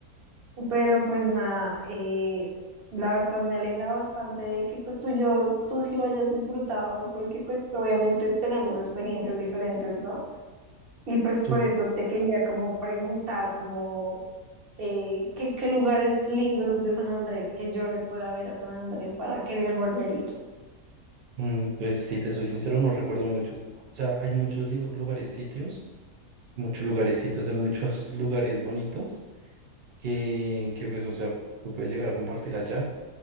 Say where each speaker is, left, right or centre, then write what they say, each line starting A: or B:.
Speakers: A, on the right; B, on the right.
A: pero pues nada, eh, la verdad me alegra bastante de que pues tú yo, tú sí lo hayas disfrutado porque pues obviamente tenemos experiencias diferentes, ¿no? Y pues
B: Tú,
A: por eso te quería como preguntar como... eh, ¿qué, qué lugares lindos de San Andrés que yo le pueda ver a San Andrés para querer volver a ir?
B: mm, pues si te soy sincero, no recuerdo muchos. O sea, hay muchos li- lugares, sitios, muchos lugares, sitios, <laughs> hay muchos lugares bonitos que, que pues, o sea, tú puedes llegar a compartir allá.